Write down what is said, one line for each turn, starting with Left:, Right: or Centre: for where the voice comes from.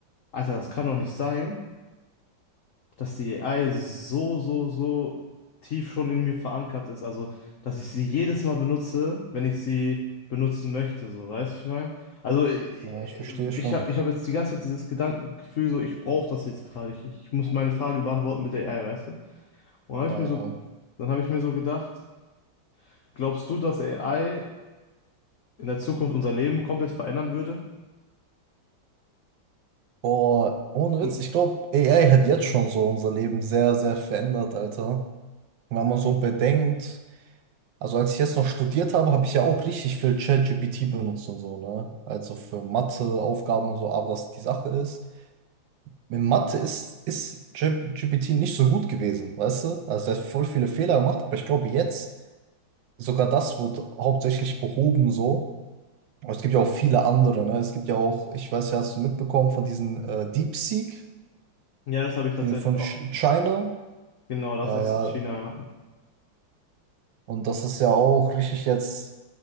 Left: Alter, das kann doch nicht sein, dass die AI so, so, so tief schon in mir verankert ist. Also, dass ich sie jedes Mal benutze, wenn ich sie benutzen möchte, so, weißt du, was ich meine? Also, ich,
Right: Ja, ich verstehe schon.
Left: ich habe ich hab jetzt die ganze Zeit dieses Gedankengefühl, so, ich brauche das jetzt gerade. Ich, ich muss meine Frage beantworten mit der AI, weißt du? Und dann habe
Right: Ja,
Left: ich
Right: ja.
Left: mir so, dann habe ich mir so gedacht, glaubst du, dass AI in der Zukunft unser Leben komplett verändern würde?
Right: Boah, ohne
Left: Und
Right: Witz, ich glaube, AI hat jetzt schon so unser Leben sehr, sehr verändert, Alter. Wenn man so bedenkt, also als ich jetzt noch studiert habe, habe ich ja auch richtig viel ChatGPT benutzt und so, ne? Also für Mathe-Aufgaben und so, aber das die Sache ist, mit Mathe ist, ist ChatGPT nicht so gut gewesen, weißt du? Also er hat voll viele Fehler gemacht, aber ich glaube, jetzt sogar das wird hauptsächlich behoben so. Aber Es gibt ja auch viele andere, ne? Es gibt ja auch, ich weiß ja, hast du mitbekommen von diesen äh, DeepSeek,
Left: ja, das habe ich tatsächlich
Right: die von
Left: auch.
Right: Ch- China.
Left: Genau, das
Right: Ja,
Left: aus
Right: ja.
Left: China.
Right: Und das ist ja auch richtig jetzt,